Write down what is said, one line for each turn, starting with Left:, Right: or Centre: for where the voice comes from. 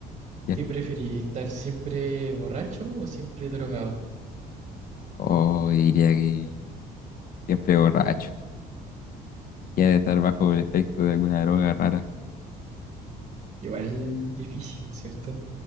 Left: Ya.
Right: ¿Qué preferís? ¿Estar siempre borracho o siempre drogado?
Left: O diría que siempre borracho. Ya de estar bajo el efecto de alguna droga rara.
Right: Igual difícil, ¿cierto?